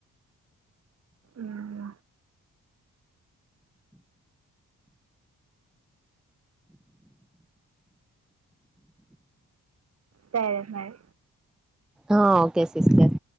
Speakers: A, on the right; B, in the centre.
A: ఉమ్ సరే మరి
B: ఆ ఓకే సిస్టర్